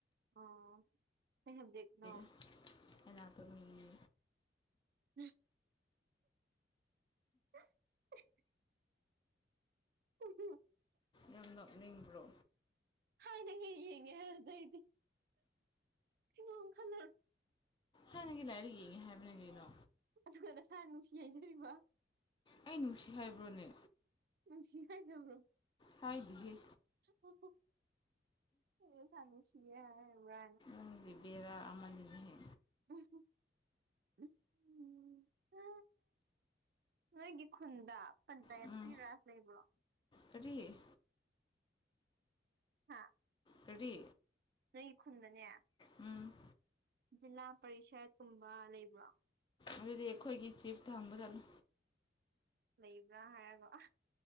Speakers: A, on the right; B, on the left.
A: ꯑꯣ ꯀꯩ ꯁꯕꯖꯦꯛꯅꯣ
B: <unintelligible> ꯑꯦꯅꯥꯇꯦꯃꯤꯅꯦ
A: <unintelligible> <unintelligible> <unintelligible>
B: ꯌꯥꯝ ꯅꯣꯛꯅꯤꯡꯕ꯭ꯔꯣ
A: ꯊꯥꯏꯅ ꯍꯦꯛ ꯌꯦꯡꯉꯦ ꯑꯗꯨꯗꯩꯗꯤ ꯀꯩꯅꯣꯝ ꯈꯜꯂ
B: ꯊꯥꯏꯅꯒꯤ ꯂꯥꯏꯔꯤꯛ ꯌꯦꯡꯉꯤ ꯍꯥꯏꯕꯅꯤ ꯀꯩꯅꯣ
A: ꯑꯗꯨꯒ ꯅꯁꯥꯅ ꯅꯨꯡꯁꯤ ꯍꯥꯏꯖꯔꯤꯕ
B: ꯑꯩ ꯅꯨꯡꯁꯤ ꯍꯥꯏꯕ꯭ꯔꯣꯅꯦ
A: ꯅꯨꯡꯁꯤ ꯍꯥꯏꯗꯕ꯭ꯔꯣ
B: ꯍꯥꯏꯗꯦꯍꯦ
A: ꯎꯝꯍꯨꯝ ꯑꯩꯗꯤ ꯏꯁꯅ ꯅꯨꯡꯁꯤꯌꯦ ꯍꯥꯏ ꯏꯕꯔꯅ
B: ꯑꯪꯗꯤꯕꯔꯥ ꯑꯃꯅꯤꯅꯦꯍꯦ
A: <unintelligible> ꯍꯥ ꯅꯣꯏꯒꯤ ꯈꯨꯟꯗ ꯄꯟꯆꯥꯌꯦꯠꯀꯤ
B: ꯎꯝ
A: ꯔꯥꯖ ꯂꯩꯕ꯭ꯔꯣ
B: ꯀꯔꯤ
A: ꯍꯥꯥ
B: ꯀꯔꯤ
A: ꯅꯣꯏꯒꯤ ꯈꯨꯟꯗꯅꯦ
B: ꯎꯝ
A: ꯖꯤꯂꯥ ꯄꯔꯤꯁꯠꯀꯨꯝꯕ ꯂꯩꯕ꯭ꯔꯣ
B: ꯑꯗꯨꯗꯤ ꯑꯩꯈꯣꯏꯒꯤ ꯆꯤꯐ꯭ꯠꯇ ꯍꯪꯕ ꯇꯜꯂꯦ
A: ꯂꯩꯕ꯭ꯔꯥ ꯍꯥꯏꯔꯒ ꯑ